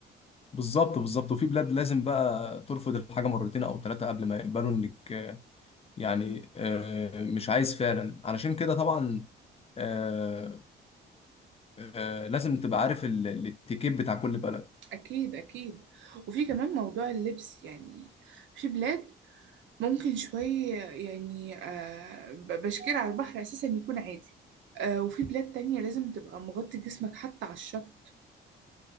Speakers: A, on the left; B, on the right.
A: بالظبط بالظبط وفي بلاد لازم بقى ترفض الحاجة مرتين او ثلاثة قبل ما يقبلوا انك آه، يعني آه، مش عايز فعلا علشان كده طبعا آه، آه، لازم تبقى عارف ال- الاتيكيت بتاع كل بلد
B: أكيد أكيد وفي كمان موضوع اللبس يعني في بلاد ممكن شوية يعني آه، ب- بشكير على البحر أساسا يكون عادي آه، وفي بلاد تانية لازم تبقى مغطي جسمك حتى على الشط